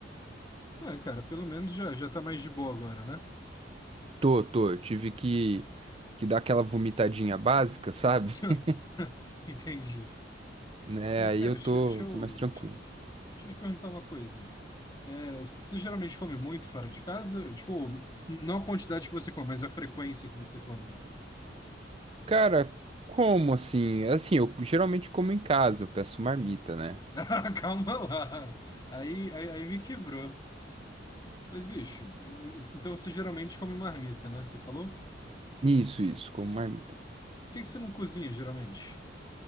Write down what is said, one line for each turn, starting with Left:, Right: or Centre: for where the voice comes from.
Left: É, cara, pelo menos já, já tá mais de boa agora, né?
Right: Tô, tô, eu tive que que dar aquela vomitadinha básica, sabe?
Left: <laughs>
Right: <laughs>
Left: Entendi.
Right: Né?
Left: Mas,
Right: Aí
Left: cara,
Right: eu
Left: deixa,
Right: tô,
Left: deixa eu,
Right: tô mais tranquilo.
Left: deixa eu te perguntar uma coisa. É, você geralmente come muito fora de casa? Tipo, não a quantidade que você come, mas a frequência que você come.
Right: Cara, como assim? Assim, eu geralmente como em casa, eu peço marmita, né?
Left: <laughs> Ah, Calma lá. Aí, aí, aí me quebrou. Mas, bicho, e- e- então você geralmente come marmita, né? Você falou?
Right: Isso, isso, como marmita.
Left: que que você não cozinha geralmente?